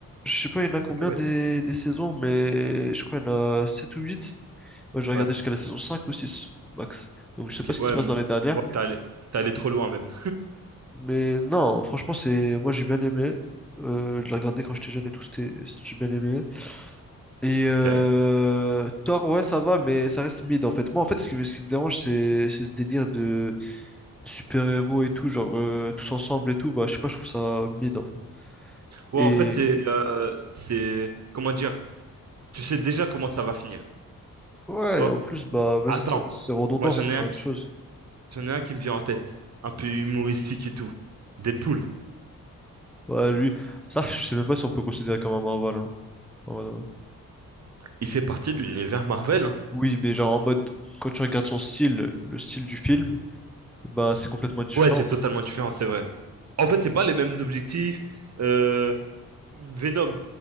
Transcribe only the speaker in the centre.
je sais pas, il y en a
combien
des, des saisons, mais je crois qu'il y en a 7 ou 8. Moi j'ai regardé
jusqu'à la saison 5 ou 6 max. Donc je
sais pas ce
qui se passe
dans les dernières.
Mais non, franchement, c'est, moi j'ai bien aimé. Euh, je l'ai regardé quand j'étais jeune et tout, c'était, j'ai bien aimé. Et euh,
Thor, ouais, ça va, mais ça reste mid en fait. Moi, en fait, ce qui me, ce qui me dérange, c'est c'est ce délire de, de super-héros et tout, genre euh, tous ensemble et tout. Bah, je sais pas, je trouve ça mid en fait.
Et
ouais,
en plus, bah, vas-y,
c'est c'est redondant,
c'est tout
la
même chose.
Ouais, lui, ça, je sais même pas si on peut considérer comme un Marvel. hein, en mode, ouais.
Oui, mais genre en mode, quand tu regardes son style, le style du film, bah, c'est complètement différent.